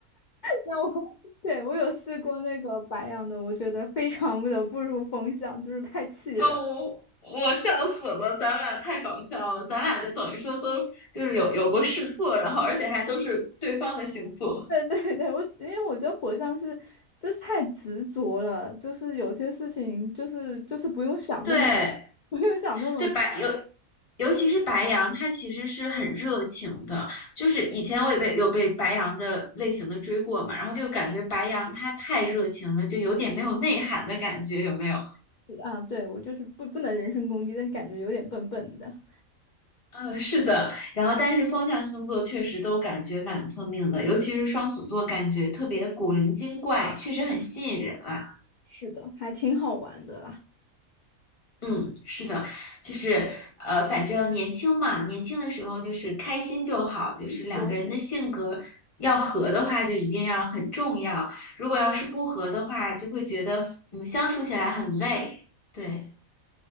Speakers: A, on the left (about 85°); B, on the left (about 30°).
A: 那我 <laughs> 对我有试过那个白羊的，我觉得非常的不入风向，就是太气人。
B: 啊，我我笑死了，
A: <laughs>
B: 咱俩太搞笑了，咱俩就等于说都就是有有过试错，然后而且还都是对方的星座。
A: 对对对，我因为我觉得火象是就是太执着了，就是有些事情就是就是不用想那么不用想那么
B: 对对，白尤尤其是白羊，他其实是很热情的。就是以前我也被有被白羊的类型的追过嘛，然后就感觉白羊他太热情了，就有点没有内涵的感觉，有没有？
A: 啊，对我就是不不能人身攻击，但是感觉有点笨笨的。
B: 嗯，是的，然后但是风象星座确实都感觉蛮聪明的，尤其是双子座，感觉特别古灵精怪，确实很吸引人啊。
A: 是的，还挺好玩的啦。
B: 嗯，是的，就是呃，反正年轻嘛，年轻的时候就是开心就好，就是两个人的性格要合的话，
A: 多是
B: 就一定要很重要，如果要是不合的话，就会觉得嗯相处起来很累。对。